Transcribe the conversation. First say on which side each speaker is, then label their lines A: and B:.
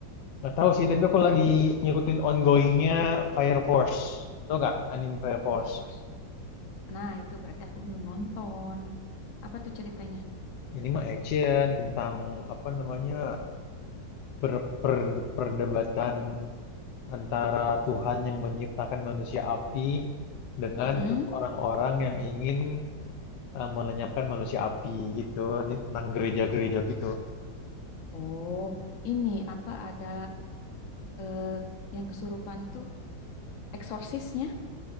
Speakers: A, on the left; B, on the left.
A: nggak tahu sih, tapi aku lagi ngikutin ongoingnya Fire Force. Tau nggak anime Fire
B: Fire
A: Force?
B: Force. Nah, itu berarti aku belum nonton. Apa tuh ceritanya?
A: Ini mah action tentang apa namanya per- per- perdebatan antara Tuhan yang menciptakan manusia api dengan
B: Mm-mm.
A: tu- orang-orang yang ingin eh, melenyapkan manusia api gitu. Jadi tentang gereja-gereja gitu.
B: Oh, ini apa ada eh, yang kesurupan tuh? Eksorsisnya?